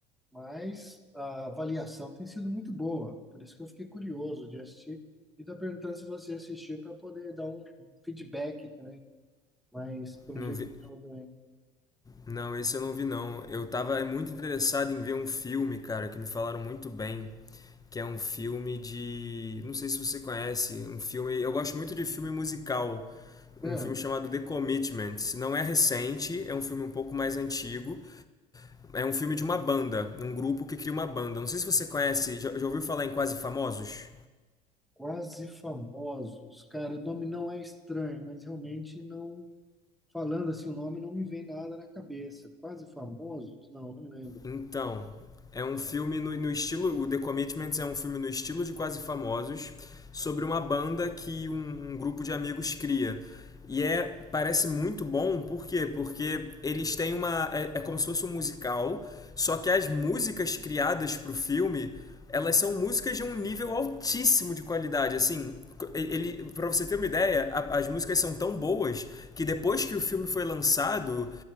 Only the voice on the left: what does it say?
Não
vi.
Não, esse eu não vi não. Eu tava muito interessado em ver um filme, cara, que me falaram muito bem. Que é um filme de. Não sei se você conhece. Um filme. Eu gosto muito de filme musical.
Um filme chamado The Commitments. Não é recente, é um filme um pouco mais antigo. É um filme de uma banda, um grupo que cria uma banda. Não sei se você conhece, já, já ouviu falar em Quase Famosos?
Então, é um filme no, no estilo. O The Commitments é um filme no estilo de Quase Famosos, sobre uma banda que um, um grupo de amigos cria. E é, parece muito bom, por quê? Porque eles têm uma. É, é como se fosse um musical, só que as músicas criadas para o filme, elas são músicas de um nível altíssimo de qualidade. Assim, ele, pra você ter uma ideia, a- as músicas são tão boas que depois que o filme foi lançado